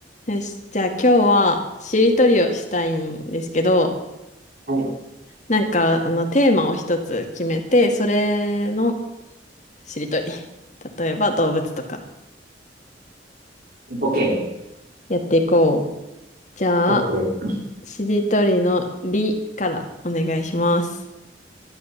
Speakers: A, on the left; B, on the right.
A: よし、じゃあ今日はしりとりをしたいんですけど、
B: はい、
A: なんかあのテーマを一つ決めて、それのしりとり。<laughs> 例えば動物とか
B: ボケ。
A: やっていこう。じゃあ、
B: OK。
A: しりとりのりからお願いします。